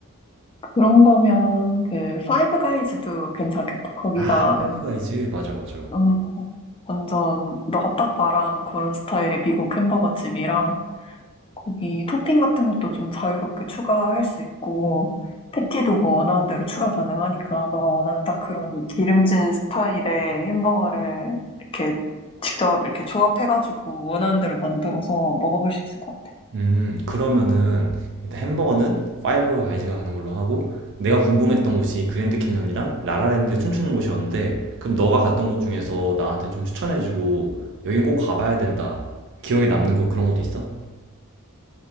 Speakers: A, on the left; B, on the right.
A: 그런 거면 그 파이브 가이즈도 괜찮겠다. 거기가
B: 아, 파이브 가이즈. 맞아, 맞아.
A: 음, 완전 너가 딱 말한 그런 스타일의 미국 햄버거 집이라 거기 토핑 같은 것도 좀 자유롭게 추가할 수 있고 패티도 뭐 원하는 대로 추가 가능하니까 너가 원하는 딱 그런 기름진 스타일의 햄버거를 이렇게 직접 이렇게 조합해가지고 원하는 대로 만들어서 먹어볼 수 있을 것 같아.
B: 음, 그러면은 일단 햄버거는 파이브 가이즈가 가는 걸로 하고 내가 궁금했던 곳이 그랜드 캐년이랑 라라랜드 춤추는 곳이었는데 그럼 너가 갔던 곳 중에서 나한테 좀 추천해주고 여긴 꼭 가봐야 된다. 기억에 남는 곳 그런 곳도 있어?